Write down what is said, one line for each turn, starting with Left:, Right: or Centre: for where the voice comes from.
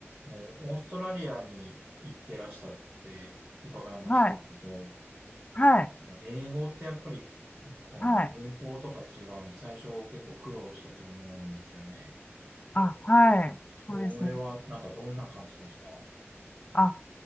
Right: のオーストラリアに行ってらしたって伺いましたけど、
Left: はい、はい、
Right: 英語ってやっぱりこの文法とか違うんで、
Left: はい。
Right: 最初結構苦労したと思うんですよね。
Left: あ、はい。
Right: それはなんかどんな感じでしたは
Left: そうですね。あ、